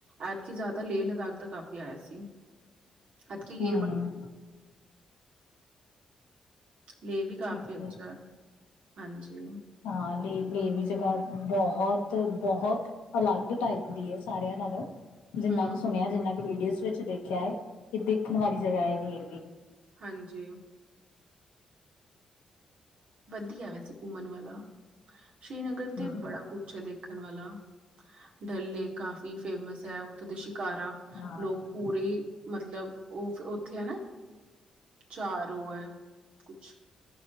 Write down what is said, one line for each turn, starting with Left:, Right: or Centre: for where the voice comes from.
Right: ਐਤਕੀ ਜ਼ਿਆਦਾ ਲੇਹ ਲਦਾਖ ਦਾ ਕਾਫੀ ਆਇਆ ਸੀ। ਅੱਤਕੀ ਲੇ
Left: ਹਾਂ
Right: ਬੜੀ ਲੇ ਵੀ ਕਾਫੀ
Left: ਠੀਕ
Right: ਅੱਛਾ
Left: ਹੈ।
Right: ਹਾਂਜੀ।
Left: ਹਾਂ ਲੇ ਜਗ੍ਹਾ ਬਹੁਤ ਬਹੁਤ ਅਲੱਗ ਟਾਈਪ ਦੀ ਐ ਸਾਰਿਆਂ ਨਾਲੋਂ, ਜਿੰਨਾ
Right: ਹਮ
Left: ਕੁ ਸੁਣਿਆ ਜਿੰਨਾ ਕੁ ਵੀਡੀਓਜ਼ ਵਿੱਚ ਦੇਖਿਆ ਐ, ਇਹ ਦੇਖਣ ਵਾਲੀ ਜਗ੍ਹਾ ਐ ਵੀ
Right: ਹਾਂਜੀ, ਵਧੀਆ ਵੈਸੇ ਘੁੰਮਣ ਵਾਲਾ, ਸ਼੍ਰੀਨਗਰ
Left: ਹੂੰ
Right: ਤੇ ਬੜਾ ਕੁਛ ਐ ਦੇਖਣ ਵਾਲਾ ਡਲ ਲੇਕ ਕਾਫ਼ੀ ਫੇਮਸ ਐ ਉੱਥੋਂ ਦੇ ਸ਼ਿਕਾਰਾ
Left: ਹਾਂ
Right: ਲੋਕ ਪੂਰੀ ਮਤਲਬ ਉਹ ਉੱਥੇ ਐ ਨਾ ਚਾਰ ਉਹ ਐ, ਕੁਛ